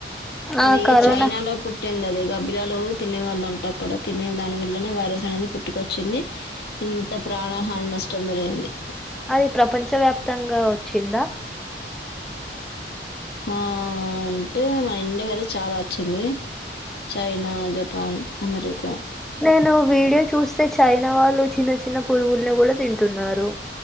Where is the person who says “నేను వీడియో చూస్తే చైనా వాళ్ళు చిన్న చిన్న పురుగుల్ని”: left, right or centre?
Centre